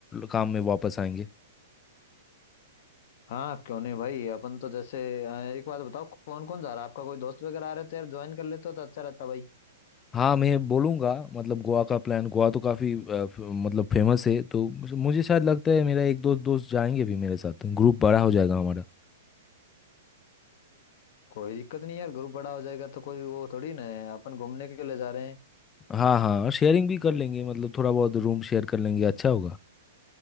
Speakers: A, on the left (about 20°); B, on the left (about 55°).
A: काम में वापस आएंगे
B: हाँ क्यों नहीं भाई अपन तो जैसे अ, एक बात बताओ कौन कौन जा रहा है आपका कोई दोस्त वगैरह आ रहे तो यार ज्वाइन कर लेते हो तो अच्छा रहता भाई
A: हाँ मैं बोलूँगा मतलब गोवा का प्लान गोवा तो काफ़ी मतलब फेमस है तो मुझे मुझे शायद लगता है मेरा एक दो दोस्त जाएंगे भी मेरे साथ ग्रुप बड़ा हो जाएगा हमारा
B: कोई दिक्कत नहीं यार ग्रुप बड़ा हो जाएगा तो कोई वो थोड़ी ना है अपन घूमने के लिए जा रहे हैं
A: हाँ हाँ और शेयरिंग भी कर लेंगे मतलब थोड़ा बहुत रूम शेयर कर लेंगे अच्छा होगा